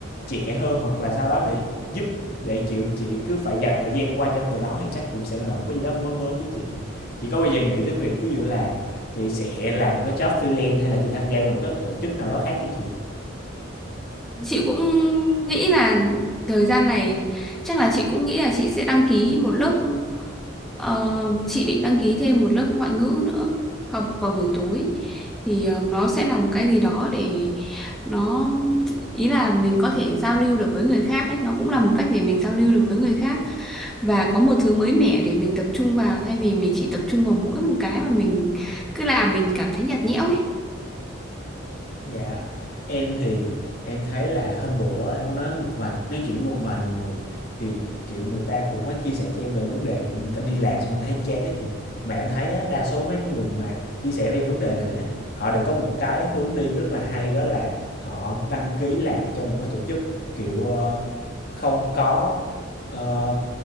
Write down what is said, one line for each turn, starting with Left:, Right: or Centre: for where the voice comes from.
Left: trẻ hơn hoặc là sau đó để giúp để chịu chị cứ phải dành thời gian qua cho người đó thì chắc cũng sẽ là một cái gì đó mới mới cho chị chị có bao giờ nghĩ tới việc ví dụ là chị sẽ làm một cái job freelance hay là chị tham gia vào một cái tổ chức nào đó khác chứ chị
Centre: chị cũng nghĩ là thời gian này chắc là chị cũng nghĩ là chị sẽ đăng ký một lớp ờ, chị định đăng ký thêm một lớp ngoại ngữ nữa học vào buổi tối thì ờ, nó sẽ là một cái gì đó để nó ý là mình có thể giao lưu được với người khác ấy nó cũng là một cách để mình giao lưu được với người khác và có một thứ mới mẻ để mình tập trung vào thay vì mình chỉ tập trung vào mỗi một cái mà mình cứ làm mình cảm thấy nhạt nhẽo ấy
Left: Dạ, em thì em thấy là hôm bữa em có nói một vài nói chuyện với một vài người thì kiểu người ta cũng có chia sẻ cho em về vấn đề kiểu người ta đi làm xong người ta thấy chán á chị. Mà em thấy á, đa số mấy người mà chia sẻ về vấn đề này á, họ đều có một cái hướng đi rất là hay đó là họ đăng ký làm cho một cái tổ chức kiểu ờ, không có ờ,